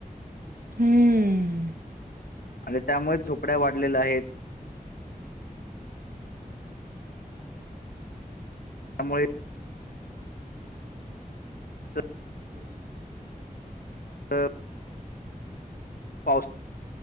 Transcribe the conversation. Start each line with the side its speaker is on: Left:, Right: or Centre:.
Right: हमम.
Left: आणि त्यामुळेच झोपड्या वाढलेल्या आहेत. त्यामुळे. <unintelligible>
Right: हम <inaudible>
Left: तर पाऊस <unintelligible>